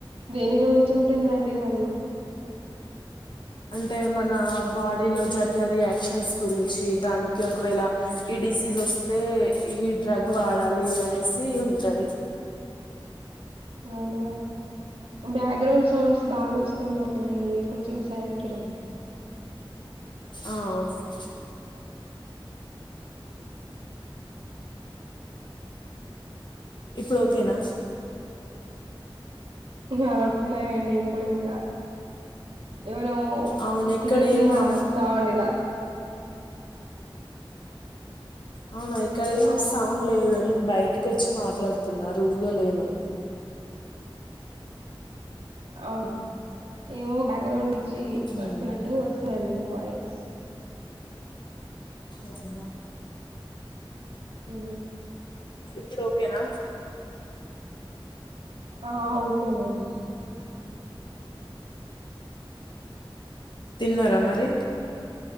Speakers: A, on the right; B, on the left.
A: దేని గురించం దంటి కా
B: అంటే మన బాడీలో జరిగే రియాక్షన్స్ గురించి దానికి ఒకవేళ ఈ డిసీజ్ వస్తే ఈ డ్రగ్ వాడాలి అనేసి ఉంటది
A: అవునా బ్యాగ బ్యాక్గ్రౌండ్ సౌండ్స్ బాగా వస్తున్నాయండి కొంచెం సైడ్కి రండి
B: ఆ ఓకే ఇప్పుడు ఓకేనా
A: వస్తులుయంండి పడుకా ఎవర
B: అవును ఇక్కడ
A: చిన్న చిన్న
B: ఏం నా
A: సవాండలా
B: అవునా ఇక్కడ ఏం
A: అవు
B: సౌండ్ లేదుని బయటకు వచ్చి మాట్లాడుతున్నా రూమ్ లో లేను
A: అవును ఏమో బ్యాక్గ్రౌండ్
B: ఉమ్,
A: వస్తుంటటు వస్తులండి వాయిస్
B: అవునా
A: ఆ
B: ఇప్పుడ ఓకేనా
A: ఆ ఓకేనండి
B: తిన్నారా మరి